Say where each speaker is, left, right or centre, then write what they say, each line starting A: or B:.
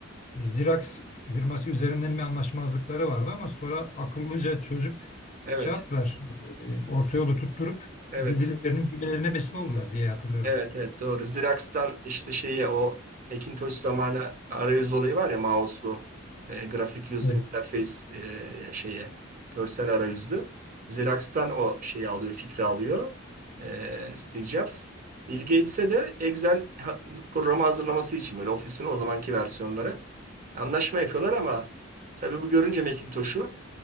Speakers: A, on the left; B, on the right.
A: Xerox firması üzerinden bir anlaşmazlıkları vardı ama sonra akıllıca çözüp
B: evet,
A: şey yaptılar. e, Orta yolu tutturup
B: evet.
A: birbirlerinin birbirlerine besin oldular diye hatırlıyorum.
B: Evet evet doğru. Xerox'tan işte şeye o Macintosh zamanı arayüz olayı var ya mouse'lu e, grafik user
A: Evet.
B: interface e, şeye görsel arayüzlü. Xerox'tan o şeyi alıyor, fikri alıyor e, Steve Jobs. Bill Gates'e de Excel ha- programı hazırlaması için böyle ofisin o zamanki versiyonları anlaşma yapıyorlar ama tabii bu görünce Macintosh'u